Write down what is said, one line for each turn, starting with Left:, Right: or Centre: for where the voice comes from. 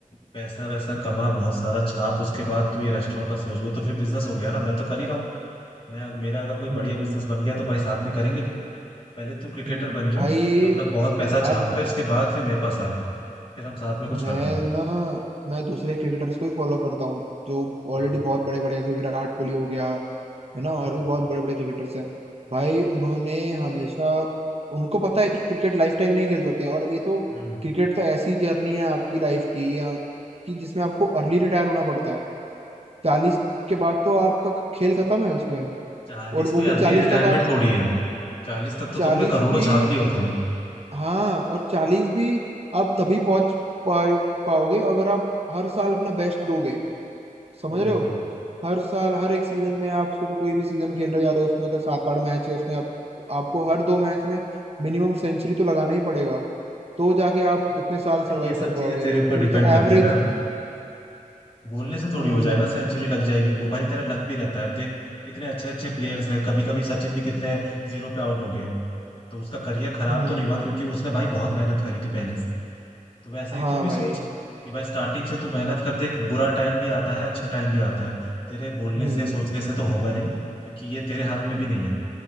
Left: पैसा वैसा कमा बहुत सारा छाप उसके बाद तू ये रेस्टोरेंट का सोच वो तो फिर बिजनेस हो गया ना मैं तो कर ही रहा हूँ मैं अगर- मेरा अगर कोई
Right: हम्म,
Left: बढ़िया बिजनेस बन गया तो भाई साथ में करेंगे फिर पहले तू क्रिकेटर
Right: हम्म,
Left: बन जा
Right: भाई
Left: अपना बहुत पैसा छाप
Right: अब
Left: ले उसके बाद फिर मेरे पास आ तू फिर हम साथ में कुछ
Right: मैं
Left: करते हैं
Right: ना मैं दूसरे क्रिकेटर्स को भी फॉलो करता हूँ जो ऑलरेडी
Left: हाँ
Right: बहुत बड़े बड़े जैसे विराट कोहली हो गया है ना
Left: हाँ
Right: और भी बहुत बड़े बड़े क्रिकेटर्स हैं भाई उन्होंने हमेशा उनको पता है कि क्रिकेट लाइफ टाइम नहीं खेल सकते हैं और ये तो
Left: हम्म
Right: क्रिकेट तो ऐसी जर्नी है आपकी लाइफ की या कि जिसमें आपको अर्ली रिटायर होना पड़ता है चालीस के बाद तो आपका खेल खत्म है उसमें
Left: चालीस
Right: और वो
Left: कोई
Right: भी
Left: अर्ली
Right: चालीस
Left: रिटायरमेंट
Right: तक आप
Left: थोड़ी है चालीस तक तो
Right: चालीस
Left: तुमने करोड़ों
Right: भी
Left: छाप लिए होते हैं
Right: हाँ और चालीस भी आप तभी पहुंच पाओ, पाओगे अगर आप हर साल अपना बेस्ट दोगे समझ
Left: हम्म
Right: रहे हो हर साल हर एक सीजन में आप सोचो कोई भी सीजन खेल रहे जा रहे हो उसमें अगर सात आठ मैच है उसमें आप आपको हर दो मैच में मिनिमम सेंचुरी तो लगाना ही पड़ेगा तो जाके आप
Left: अब
Right: उतने साल
Left: भाई
Right: सरवाइव
Left: ये सब
Right: कर पाओगे
Left: चीजें तेरे
Right: नहीं
Left: ऊपर डिपेंड
Right: तो
Left: करती
Right: एवरेज
Left: है ना बोलने से थोड़ी
Right: हम्म
Left: हो जाएगा सेंचुरी लग जाएगी वो भाई तेरा लक भी रहता है अब देख कितने अच्छे अच्छे प्लेयर्स हैं कभी कभी सचिन भी कितने जीरो पे आउट हो गए हैं तो उसका करियर खराब
Right: हम्म
Left: तो नहीं हुआ क्योंकि उसने भाई बहुत मेहनत करी थी पहले से तो वैसा
Right: हाँ
Left: ही तू भी
Right: भाई
Left: सोच कि भाई स्टार्टिंग से तू मेहनत कर देख बुरा टाइम भी आता है अच्छा टाइम भी आता है तेरे बोलने
Right: हम्म
Left: से सोचने से तो होगा नहीं क्योंकि ये तेरे हाथ में भी नहीं है